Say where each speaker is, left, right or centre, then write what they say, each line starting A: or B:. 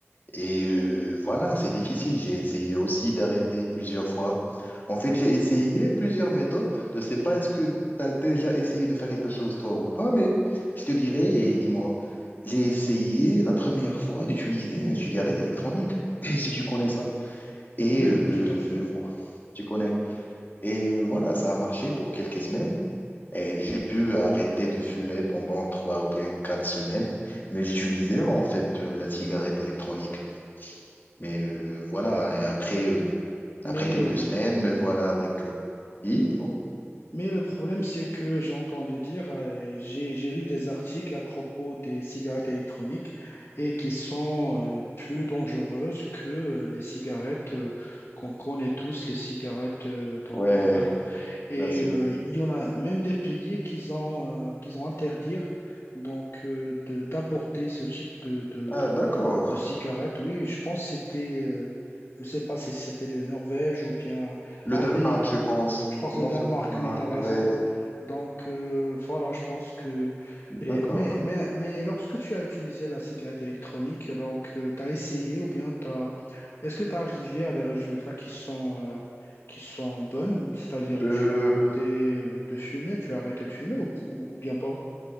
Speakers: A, on the left; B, on the left.
A: Et euh, voilà, c'est difficile. J'ai essayé aussi d'arrêter plusieurs fois. En fait, j'ai essayé plusieurs méthodes. Je ne sais pas est-ce que tu as déjà essayé de faire quelque chose, toi, ou pas, mais je te dirai et dis-moi. J'ai essayé la première fois d'utiliser une cigarette électronique, <clears throat> si tu connais ça. Et
B: Oui,
A: euh,
B: oui, tout à fait.
A: euh, tu connais. Et euh, voilà, ça a marché pour quelques semaines. Et j'ai pu arrêter de fumer pendant trois ou bien quatre semaines, mais j'utilisais en fait euh, la cigarette électronique. Mais euh, voilà, et après, euh,
B: Mais
A: après quelques
B: euh,
A: semaines, me voilà avec... euh, Oui, dis-moi.
B: Mais le problème, c'est que j'ai entendu dire, euh, j'ai j'ai lu des articles à propos des cigarettes électroniques et qui sont euh, plus dangereuses que euh, les cigarettes euh, qu'on connaît tous, les cigarettes euh, donc
A: Ouais,
B: normales. Et
A: classique.
B: euh, il y en a même des pays qui ont euh, qu'ils ont interdire donc euh, de- d'importer ce type de de,
A: Ah,
B: de
A: d'accord.
B: de cigarettes. Oui, je pense que c'était euh, je sais pas si c'était le Norvège ou bien
A: Le
B: un
A: Danemark,
B: pays.
A: je pense.
B: Je pense
A: Vraiment,
B: le Danemark.
A: c'est le Danemark,
B: Oui, tu as raison.
A: ouais.
B: Donc euh, voilà, je pense que.
A: D'accord.
B: et- mais, mais, mais lorsque tu as utilisé la cigarette électronique, donc tu as essayé ou bien t'as... est-ce que tu as arrivé à des résultats qui sont, euh, qui sont bonnes? C'est-à-dire
A: Euh,
B: tu as arrêté euh, de fumer, tu as arrêté de fumer ou, ou- ou bien pas?